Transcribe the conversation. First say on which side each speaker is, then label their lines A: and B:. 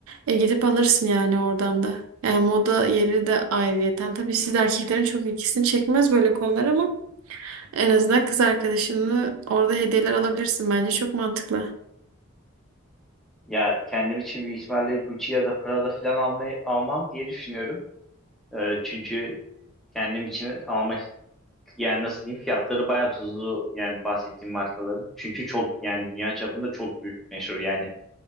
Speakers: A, on the right; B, in the centre.
A: E gidip alırsın yani oradan da. Yani moda yeri de ayrıyeten. Tabii siz de erkeklerin çok ilgisini çekmez böyle konular ama en azından kız arkadaşını orada hediyeler alabilirsin bence. Çok mantıklı.
B: Ya kendim için büyük ihtimalle Gucci ya da Prada falan almayı, almam diye düşünüyorum. Ee, çünkü kendim için alma yani nasıl diyeyim fiyatları bayağı tuzlu yani bahsettiğim markaların. Çünkü çok yani dünya çapında çok büyük meşhur yani